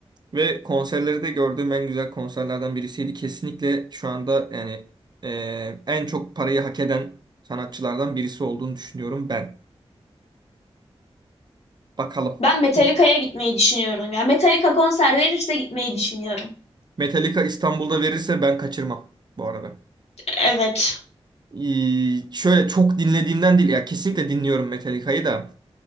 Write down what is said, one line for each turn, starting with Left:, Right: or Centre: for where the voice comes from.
Right: Ve konserleri de gördüğüm en güzel konserlerden birisiydi. Kesinlikle şu anda yani e, en çok parayı hak eden sanatçılardan birisi olduğunu düşünüyorum ben. Bakalım.
Left: Ben Metallica'ya
Right: Bu
Left: gitmeyi düşünüyorum ya. Metallica konser verirse gitmeyi düşünüyorum.
Right: Metallica İstanbul'da verirse ben kaçırmam bu arada.
Left: Evet.
Right: Ee, şöyle çok dinlediğimden değil ya kesinlikle dinliyorum Metallica'yı da